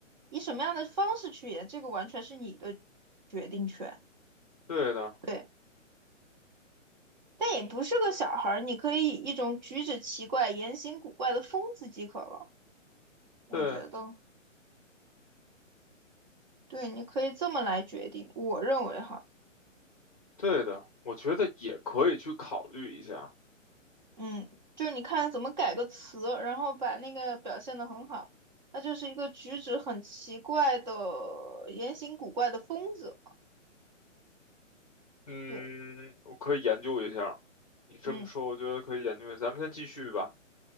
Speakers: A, on the right; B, on the left.
A: 以什么样的方式去演，这个完全是你的决定权。
B: 对的，
A: 对，但也不是个小孩儿，你可以以一种举止奇怪、言行古怪的疯子即可了，我觉得。
B: 对，
A: 对，你可以这么来决定，我认为哈。
B: 对的，我觉得也可以去考虑一下。
A: 嗯，就是你看怎么改个词，然后把那个表现得很好。那就是一个举止很奇怪的、言行古怪的疯子嘛
B: 嗯，
A: 对，
B: 我可以研究一下。你这么说，
A: 嗯，
B: 我觉得可以研究一下。咱们先继续吧。